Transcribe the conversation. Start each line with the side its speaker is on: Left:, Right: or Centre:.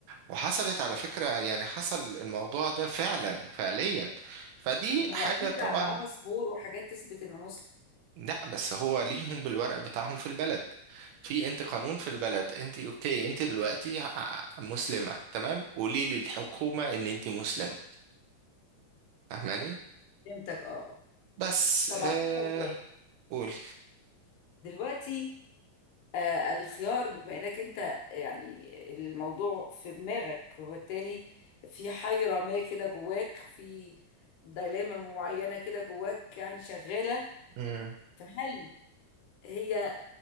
Right: وحصلت على فكرة يعني حصل الموضوع ده فعلا فعليا فدي
Left: طب ما هو
Right: حاجة
Left: اكيد
Right: طبعا
Left: معاه باسبور وحاجات تثبت انه مسلم
Right: لا بس هو ليهم بالورق بتاعهم في البلد في انت قانون في البلد انت اوكي انت دلوقتي ع- مسلمة تمام قولي للحكومة ان انت مسلمة فاهماني
Left: فهمتك اه
Right: بس
Left: طبعا
Right: آه
Left: اسال سؤال
Right: قولي
Left: دلوقتي آه الخيار بما انك انت يعني الموضوع في دماغك وبالتالي في حيره ما كده جواك في ديلاما معينه كده جواك يعني شغاله
Right: مم.
Left: فهل هي